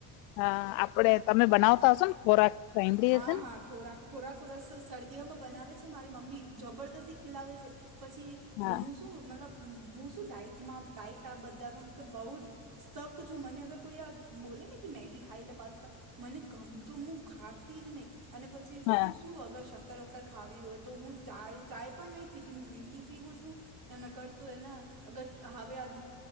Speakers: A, on the left (about 85°); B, on the right (about 45°).
A: હા આપડે તમે બનાવતા હશો ને ખોરાક સાંભળી
B: હા
A: હશે ને
B: હા. ખોરાક ખોરાક ખોરસ શરદીઓમાં બનાવે છે મારી મમ્મી જબરદસ્તી ખિલાવે છે પછી હું
A: હા
B: શું મતલબ હું શું ડાઇટમાં ડાઇટ આ બધામાં મતલબ બહુ જ તક છું મને અગર કોઈ આ બોલે ને કે મેગી લ પાતા મને ગમતું હું જ નહી અને પછી
A: હા
B: અગર શક્કર ખાવી હોય તો હું ચાય ચાય પણ નહી પીતી હું ગ્રીન ટી પીવું છું એ ન કરતો એના અગર હવે આ